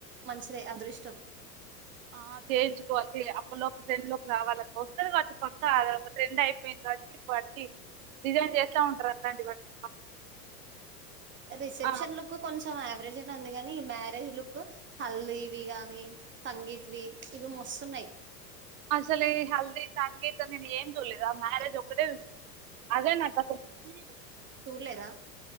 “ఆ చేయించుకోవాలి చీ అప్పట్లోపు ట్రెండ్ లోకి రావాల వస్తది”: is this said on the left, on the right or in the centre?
Right